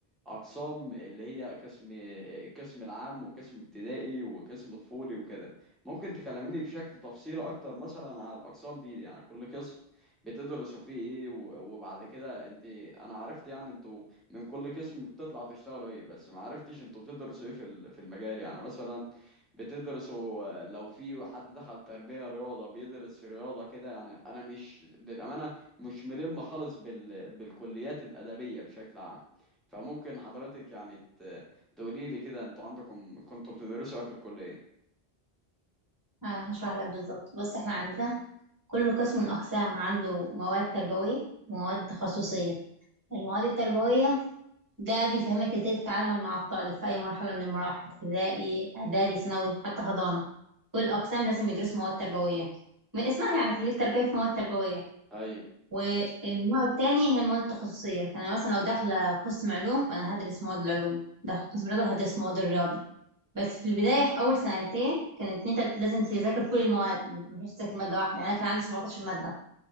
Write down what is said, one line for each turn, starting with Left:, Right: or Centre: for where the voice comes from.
Centre: اقسام اللي هي قسم القسم العام وقسم ابتدائي وقسم طفولي وكده ممكن تكلميني بشكل تفصيلي اكتر مثلا على الاقسام دي, دي يعني كل قسم بتدرسوا فيه ايه و- وبعد كده انت انا عرفت يعني انتوا من كل قسم بتطلع تشتغلوا ايه بس ما عرفتش انتوا بتدرسوا ايه في ال- في المجال يعني مثلا بتدرسوا لو في حد دخل تربية رياضة بيدرس في رياضة كده يعني أنا مش للأمانة مش ملم خالص بال... بالكليات الأدبية بشكل عام فممكن حضرتك يعني ت... تقولي لي كده أنتوا عندكم كنتوا بتدرسوا إيه في الكلية؟
Right: انا هشرح لك بالظبط بص احنا عندنا كل قسم من الاقسام عنده مواد تربويه ومواد تخصصيه المواد التربويه ده بيفهمك ازاي تتعامل مع الطالب في اي مرحله من المراحل ابتدائي اعدادي ثانوي حتى حضانه كل الاقسام لازم يدرسوا مواد تربويه من اسمها يعني كليه تربيه في مواد تربويه
Centre: أيوه
Right: والنوع التاني هي المواد التخصصيه فانا مثلا لو داخله قسم علوم فانا هدرس مواد العلوم داخل قسم رياضه هدرس مواد الرياضه بس في البداية في أول سنتين كانت إن أنت لازم تذاكر كل المواد مش تذاكر مادة واحدة يعني أنا كان عندي 17 مادة